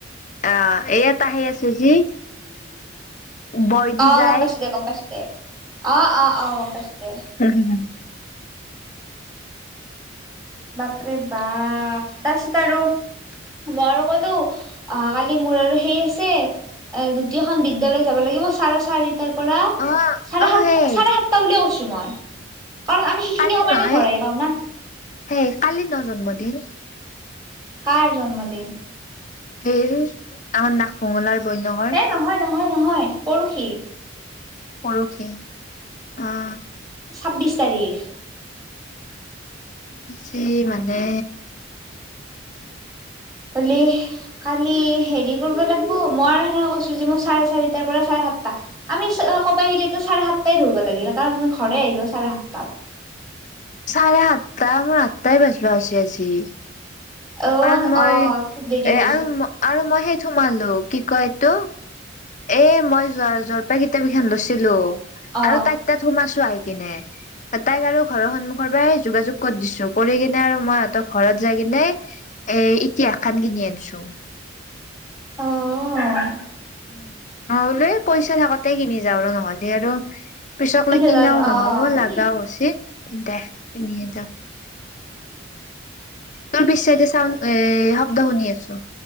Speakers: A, on the left; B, on the right.
A: অ এইয়াটা আহি আছে যি।
B: <inaudible>
A: বৈ দি
B: অ
A: যায়
B: গম পাইছো দে, গম পাইছো দে। অ অ অ গম পাইছো দে।
A: উম
B: বাপৰে বাপ তাৰপিছত আৰু মই কলো অহাকালি মোৰ আৰু হেৰি আছে দুতীয়খন বিদ্যালয় যাব লাগিব চাৰে চাৰি তাৰ পৰা
A: অ
B: চাৰে
A: অ
B: সাত
A: সেই
B: চাৰে সাতটা বুলিয়ে কৈছো মই। কাৰণ আমি সেইখিনি
A: কালি
B: সময়তে
A: নাই,
B: ঘৰ আহি পাওঁ না
A: এহ কালি ন জন্মদিন।
B: কাৰ জন্মদিন?
A: <unintelligible>
B: ঐ নহয় নহয় নহয় পৰহি।
A: পৰহি অ
B: ছাব্বিছ তাৰিখ।
A: পিছে মানে
B: <unintelligible> কালি হেৰি কৰিব লাগবো। মই আৰু সেনেকে কৈছো যে মই চাৰে চাৰিটাৰ পৰা চাৰে সাতটা। আমি চ কব গিলে চাৰে সাতটাই ধৰিব লাগিলে কাৰণ আমি ঘৰে আহি পাওঁ চাৰে সাতটাত।
A: চাৰে সাতটা মোৰ আঠটাই বাজিব হৈছে আজি।
B: অ
A: কাৰণ মই
B: অ
A: এ
B: তোৰ দেৰি হৈ গৈছিল
A: আৰু-আৰু মই সেই সোমালো কি কয় এইটো। এ মই <unintelligible> জৰপাই কিতাপকেইখন লৈছিলো
B: অ
A: আৰু তাই তাত সোমাইছোঁ আহি কিনে। তাইক আৰু ঘৰৰ সন্মুখৰ পৰাই যোগাযোগ কৰি দিছো কৰি কিনে আৰু মই সিহঁতক ঘৰত যাই কিনে এ ইতিহাসখন কিনি আনিছোঁ।
B: অঁ-অঁ।
A: উম। মই বোলে এই পইচা থাকোঁতেই কিনি যাওঁ আৰু নহ'লে আৰু পিছক
B: পিছত
A: লৈ কিনাও
B: আৰু
A: নহ'ব,
B: অ
A: লগাও
B: উম
A: হৈছে দে কিনিয়ে দিওঁ। তোৰ পিছে দি চাউন এই শব্দ শুনি আছোঁ।